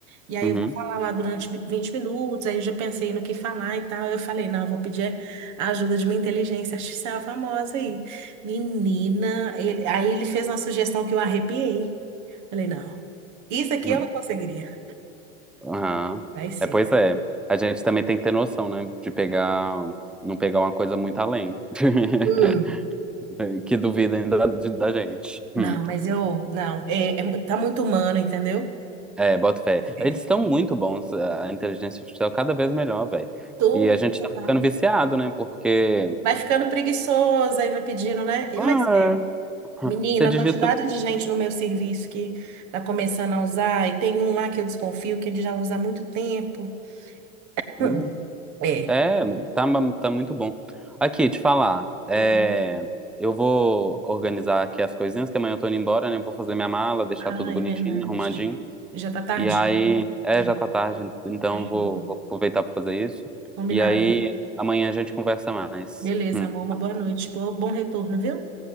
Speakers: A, on the right; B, in the centre.
A: E aí
B: uhum,
A: eu vou falar lá durante 20 minutos, aí eu já pensei no que falar e tal. Eu falei, não, eu vou pedir a ajuda de uma inteligência artificial famosa aí. Menina, ele- aí ele fez uma sugestão que eu arrepiei. Falei, não, isso aqui
B: uhum,
A: eu não conseguiria.
B: aham.
A: Vai ser.
B: É, pois é. A gente também tem que ter noção, né? De pegar, não pegar uma coisa muito além, <laughs>
A: Hum.
B: que duvidem da, de- da gente.
A: Não,
B: Hum.
A: mas eu, não, é, é mu- tá muito humano, entendeu?
B: É, boto fé.
A: É.
B: Eles estão muito bons, a a inteligência artificial cada vez melhor, velho.
A: Tudo,
B: E a gente tá
A: tá?
B: ficando viciado, né? Porque
A: Vai ficando preguiçoso, aí vai pedindo, né? E
B: ah,
A: mas Menina,
B: você digita.
A: a quantidade de gente no meu serviço que tá começando a usar, e tem um lá que eu desconfio que ele já usa há muito tempo. <laughs>
B: Hum,
A: É.
B: É, tá, ma- tá muito bom. Aqui, te falar. é,
A: Hum.
B: eu vou organizar aqui as coisinhas, que amanhã eu tô indo embora, né? Vou fazer minha mala, deixar
A: Ah,
B: tudo bonitinho,
A: é verdade.
B: arrumadinho.
A: Já tá tardinho.
B: E aí, é,
A: É,
B: já tá tarde, então
A: fechou.
B: eu vou, vou aproveitar pra fazer isso.
A: Combinado.
B: E aí, amanhã a gente conversa mais.
A: Beleza,
B: Hum,
A: amor. Uma boa noite. Pô, bom retorno, viu?